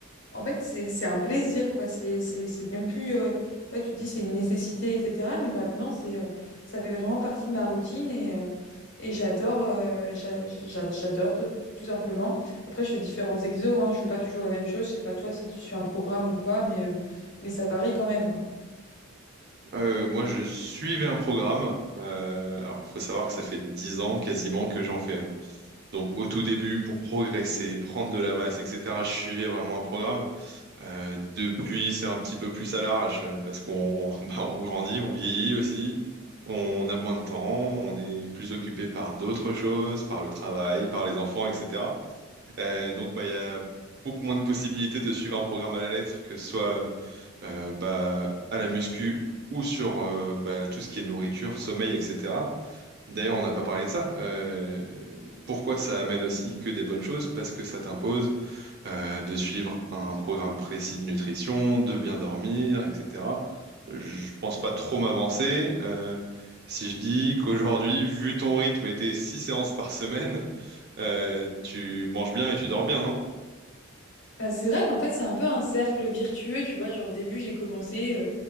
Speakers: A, on the left; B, on the right.
A: en fait, c'est c'est un plaisir, quoi. C'est c'est- c'est même plus. euh, ouais, tu dis c'est une nécessité, etc. Mais maintenant, c'est euh, ça fait vraiment partie de ma routine et, euh, et j'adore, euh, j'a- j'a- j'adore tout, tout- tout simplement. Après, je fais différents exos, hein. Je fais pas toujours la même chose. Je sais pas toi si tu suis un programme ou quoi, mais, euh, mais ça varie quand même, quoi.
B: Euh, moi, je suivais un programme. Euh, alors, faut savoir que ça fait 10 ans quasiment que j'en fais. hein. Donc, au tout début, pour progresser, prendre de la masse, etc., je suivais vraiment un programme. Euh, depuis, c'est un petit peu plus à l'arrache euh, parce qu'on <laughs> bah, on grandit, on vieillit aussi, on a moins de temps, on est plus occupé par d'autres choses, par le travail, par les enfants, etc. Euh, donc, bah, il y a beaucoup moins de possibilités de suivre un programme à la lettre, que ce soit euh, bah, à la muscu ou sur euh, bah, tout ce qui est nourriture, sommeil, etc. D'ailleurs, on n'a pas parlé de ça. Euh, pourquoi ça amène aussi que des bonnes choses? Parce que ça t'impose euh, de suivre un programme précis de nutrition, de bien dormir, etc. Je pense pas trop m'avancer. euh, si je dis qu'aujourd'hui, vu ton rythme et tes six séances par semaine, euh, tu manges bien et tu dors bien, non?
A: Bah, c'est vrai qu'en fait, c'est un peu un cercle virtueux, tu vois. Genre, au début, j'ai commencé, euh,